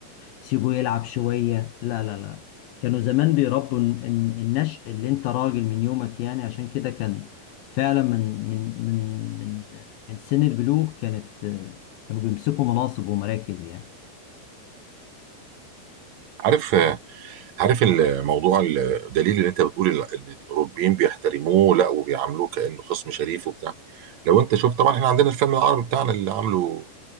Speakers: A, on the left; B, on the right.
A: سيبه يلعب شوية لا لا لا كانوا زمان بيربوا الن- الن- النشء اللي انت راجل من يومك يعني عشان كده كان فعلا من من من من من سن البلوغ كانت كانوا بيمسكوا مناصب ومراكز يعني
B: عارف عارف الموضوع الدليل اللي انت بتقول ال- ان الاوروبيين بيحترموه لا وبيعاملوه كانه خصم شريف وبتاع لو انت شفت طبعا احنا عندنا الفيلم العربي بتاعنا اللي عامله